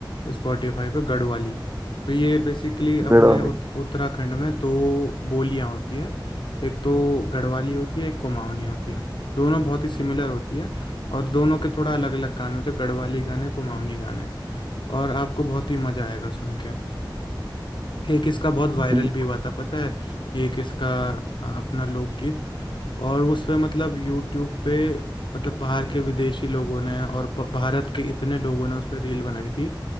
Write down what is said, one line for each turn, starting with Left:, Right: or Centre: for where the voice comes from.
Left: स्पॉटिफाई पे गढ़वाली तो ये बेसिकली अपने
Right: गढ़ वाले
Left: उत, उत्तराखंड में दो बोलियां होती हैं एक तो गढ़वाली होती है एक कुमाऊनी होती है दोनों बहुत ही सिमिलर होती है और दोनों के थोड़ा अलग अलग गाने होते हैं गढ़वाली गाने कुमाऊनी गाने और आपको बहुत ही मजा आएगा सुन के एक इसका बहुत वायरल
Right: बिल-
Left: भी हुआ था पता है एक इसका अ, अपना लोकगीत और उस पे मतलब यूट्यूब पे मतलब बाहर के विदेशी लोगों ने और ब- भारत के इतने लोगों ने उस पे रील बनाई थी